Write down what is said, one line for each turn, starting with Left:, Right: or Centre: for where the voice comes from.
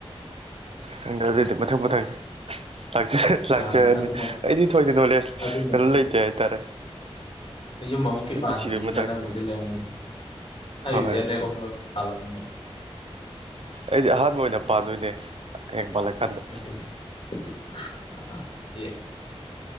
Right: ꯈꯪꯗ ꯑꯗꯨꯗꯤ ꯃꯊꯪ ꯃꯊꯪ ꯂꯥꯛꯆꯦ ꯂꯥꯛꯆꯔꯅꯤ
Left: ꯑꯥ ꯑꯗꯨꯃ
Right: ꯑꯩꯗꯤ ꯊꯣꯏꯗꯤ ꯅꯣꯂꯦꯖ
Left: ꯑꯗꯨꯃ
Right: ꯀꯩꯅꯣ ꯂꯩꯇꯦ ꯍꯥꯏꯇꯥꯔꯦ
Left: ꯌꯨꯝ ꯑꯃꯨꯛꯀꯤ
Right: ꯅꯨꯄꯤ
Left: ꯄꯥꯟꯗ꯭ꯔꯤꯕꯅꯤꯅ
Right: ꯊꯤꯕꯒꯤ ꯃꯇꯥꯡꯁꯤꯃ
Left: ꯅꯪꯕꯨꯗꯤ ꯂꯩꯉ ꯑꯩꯕꯨꯗꯤ
Right: ꯍꯣꯏ
Left: ꯑꯅꯤꯔꯛ ꯑꯍꯨꯝꯂꯛ ꯄꯥꯕꯅꯤꯅ
Right: ꯑꯩꯗꯤ ꯑꯍꯥꯟꯕ ꯑꯣꯏꯅ ꯄꯥꯟꯗꯣꯏꯅꯦ ꯍꯌꯦꯡ ꯄꯥꯜꯂꯀꯥꯟꯗ
Left: ꯑꯗꯨ